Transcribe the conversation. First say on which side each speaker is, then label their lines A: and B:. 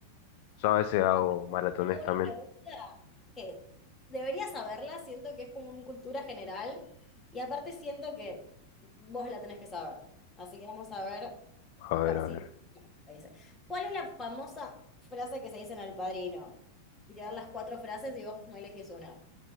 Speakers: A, on the left; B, on the left.
A: Yo a veces hago
B: Ah,
A: maratones
B: Tengo
A: también.
B: una pregunta que debería saberla, siento que es como una cultura general y aparte siento que vos la tenés que saber. Así que vamos a ver
A: A ver,
B: Cua-
A: a
B: sí,
A: ver.
B: ahí dice. ¿Cuál es la famosa frase que se dice en El Padrino? Y te dan las cuatro frases y vos no elegís una.